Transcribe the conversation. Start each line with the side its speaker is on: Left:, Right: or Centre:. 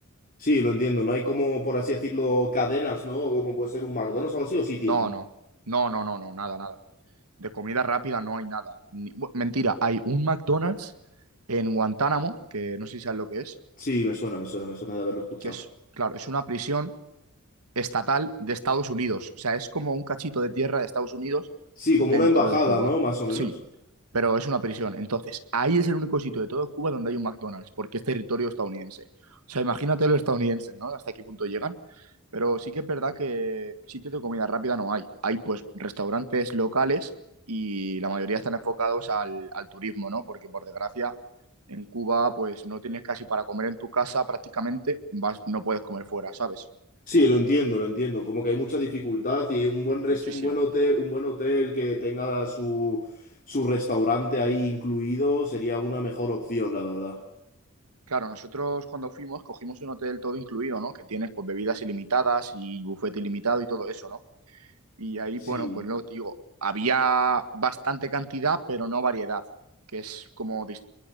Left: Sí, lo entiendo, no hay como, por así decirlo, cadenas, ¿no? Como puede ser un McDonald's o algo así, o sí tienen.
Right: No, no, no, no, no, no, nada, nada. de comida rápida no hay nada. Ni- bu- mentira, hay un McDonald's en Guantánamo, que no sé si sabes lo que es,
Left: Sí, me suena, me suena, me suena de haberlo escuchado.
Right: que es, claro, es una prisión estatal de Estados Unidos. O sea, es como un cachito de tierra de Estados Unidos
Left: Sí,
Right: dentro
Left: como una embajada,
Right: de Cuba.
Left: ¿no? Más o menos.
Right: Sí, pero es una prisión. Entonces, ahí es el único sitio de todo Cuba donde hay un McDonald's, porque es territorio estadounidense. O sea, imagínate los estadounidenses, ¿no? Hasta qué punto llegan. Pero sí que es verdad que sitios de comida rápida no hay. Hay pues restaurantes locales y la mayoría están enfocados al, al turismo, ¿no? Porque por desgracia en Cuba pues no tienes casi para comer en tu casa prácticamente, vas, no puedes comer fuera, ¿sabes?
Left: Sí, lo entiendo, lo entiendo. Como que hay mucha dificultad y un buen res-
Right: Muchísimo.
Left: un buen hotel, un buen hotel que tenga su, su restaurante ahí incluido sería una mejor opción, la verdad.
Right: Claro, nosotros cuando fuimos cogimos un hotel todo incluido, ¿no? Que tienes pues bebidas ilimitadas y bufete ilimitado y todo eso, ¿no? Y ahí, bueno,
Left: Sí,
Right: pues lo que te digo, había bastante cantidad, pero no variedad, que es como dis-